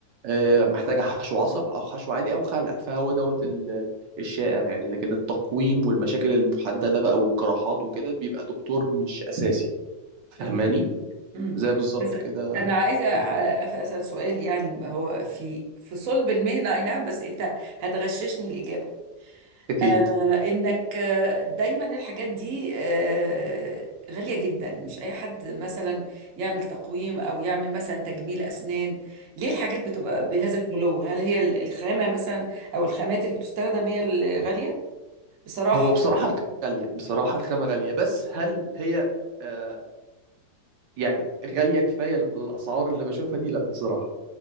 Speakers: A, on the right; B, on the right.
A: آه، محتاجة حشو عصب او حشو عادي او خلع فهو دوت ال- الشائع يعني لكن التقويم والمشاكل المحددة بقى والجراحات وكده بيبقى دكتور مش اساسي فاهماني
B: تمام امم
A: زي بالظبط
B: بس
A: كده
B: انا عايزه أ-
A: دكتور
B: أف- اسال سؤال يعني هو في في صلب المهنه اي نعم بس انت هتغششني الاجابه
A: اكيد
B: آه، انك آه، دايما الحاجات دي آه، غالية جدا مش اي حد مثلا يعمل تقويم او يعمل مثلا تجميل اسنان ليه الحاجات بتبقى بهذا الغلو هل هي ال- الخامة مثلا او الخامات اللي بتستخدم هي الغالية بصراحة
A: هو بصراحة الخامة غالية بصراحة الخامة غالية بس هل هي آه يعني غالية كفاية ال- الأسعار اللي بشوفها دي لا بصراحة